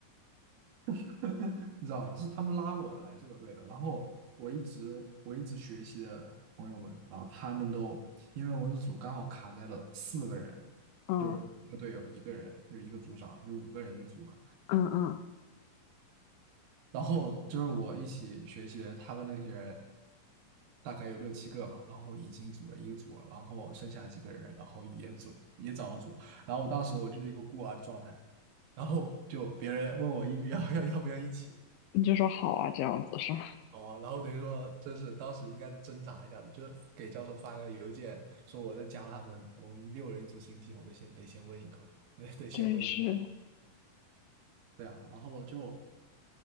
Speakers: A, on the right (about 85°); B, on the left (about 80°).
A: <laughs> 你知道吧？是他们拉我来这个队的，然后我一直我一直学习的朋友们，然后他们都因为我们的组刚好卡在了四个人，
B: 嗯，
A: 一个队友一个人，就一个组长，就五个人一个组嘛。
B: 嗯嗯，
A: 然后就是我一起学习的他们那些人，大概有六七个吧，然后已经组了一个组了，然后剩下几个人，然后也组也找了组，然后我当时我就是一个孤儿的状态，然后就别人问我一不要 <laughs> 要要不要一起，
B: 你就说好啊，这样子是吗？<laughs>
A: 哦，然后等于说真是当时应该是挣扎一下的，就给教授发个邮件说我在加他们，我们一六人一组行不行？我得先得先问一口，<laughs> 得得先问一，
B: 对，是
A: 对啊，然后我就